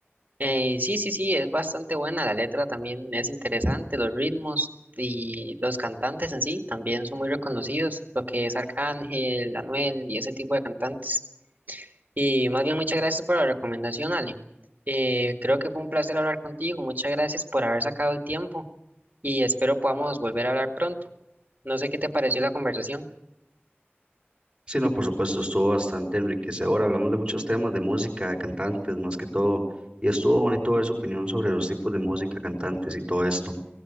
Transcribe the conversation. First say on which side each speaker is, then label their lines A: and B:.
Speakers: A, on the right (about 45°); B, on the right (about 20°).
A: Eh, sí, sí, sí, es bastante buena, la letra también es interesante, los ritmos y los cantantes en sí también son muy reconocidos, lo que es Arcángel, Anuel y ese tipo de cantantes. Y más bien muchas gracias por la recomendación, Ale. Eh, creo que fue un placer hablar contigo, muchas gracias por haber sacado el tiempo y espero podamos volver a hablar pronto. No sé qué te pareció la conversación.
B: Sí, no, por supuesto, estuvo bastante enriquecedor. Hablamos de muchos temas, de música, de cantantes más que todo, y estuvo bonito ver su opinión sobre los tipos de música, cantantes y todo esto.